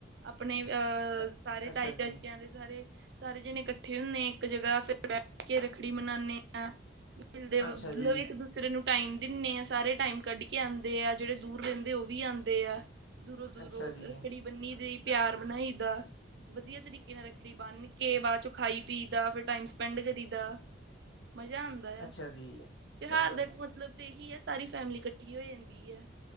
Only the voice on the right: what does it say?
ਆਪਨੇ ਅਹ
ਸਾਰੇ
ਤਾਐ ਚਾਚਿਆਂ
ਦੇ ਸਾਰੇ ਸਾਰੇ ਜਨੇ ਇਕੱਠੇ ਹੁੰਦੇ ਆ ਇੱਕ ਜਗ੍ਹਾ ਫਿਰ ਬੈਠ ਕੇ ਰੱਖੜੀ ਮੰਨਾਨੇ ਆ ਮਿਲਦੇ ਮਤਲਬ
ਇੱਕ ਦੂਜੇ ਸ ਨੂੰ ਟਾਈਮ ਦਿੰਨੇ ਆ ਸਾਰੇ ਟਾਈਮ ਕੱਢ ਕੇ ਆਉਂਦੇ ਆ ਜਿਹੜੇ ਦੂਰ ਰਹਿੰਦੇ ਆ ਉਹ ਵੀ ਆੰਦੇ ਆ ਦੂਰੋਂ ਦੂਰੋਂ
ਰੱਖੜੀ ਬੰਨੀ ਦੀ ਪਿਆਰ ਬਣਾਈ ਦਾ ਵਦੀਆ ਤਰੀਕੇ ਨਾਲ ਰੱਖੜੀ ਬੰਨ ਕੇ ਬਾਅਦ ਚ ਖਾਈ ਪੀਦਾ ਫਿਰ ਟਾੲਮ ਸਪੈਂਡ ਕਰੀ ਦਾ ਮਜ਼ਾ ਆਉਂਦਾ
ਆ,
ਤਿਉਹਾਰ ਦਾ ਇੱਕ
ਮਤਲਬ ਤੇ ਇਹੀ ਆ ਸਾਰੀ ਫੈਮਲੀ ਇਕੱਠੀ ਹੋ ਜਾਂਦੀ ਐ